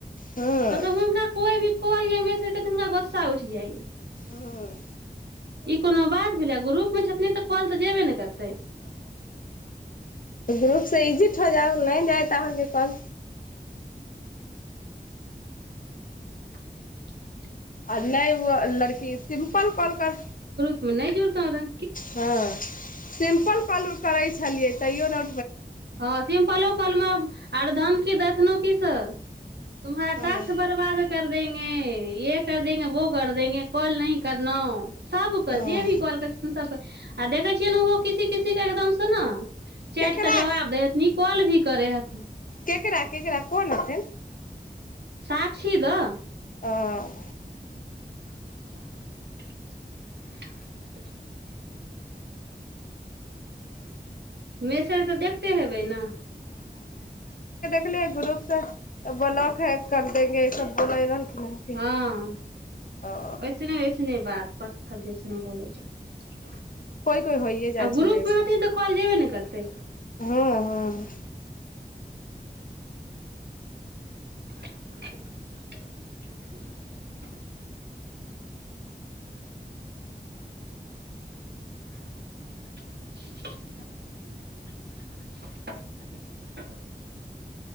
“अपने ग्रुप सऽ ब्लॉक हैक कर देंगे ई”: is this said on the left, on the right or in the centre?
Left